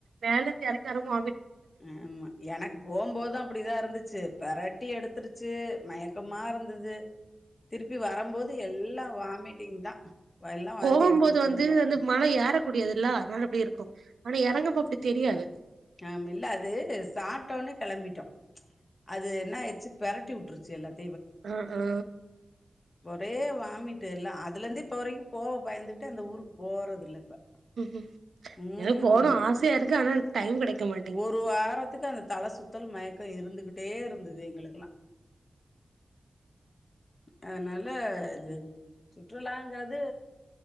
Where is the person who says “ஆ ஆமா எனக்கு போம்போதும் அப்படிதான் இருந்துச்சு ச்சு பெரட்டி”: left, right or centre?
Left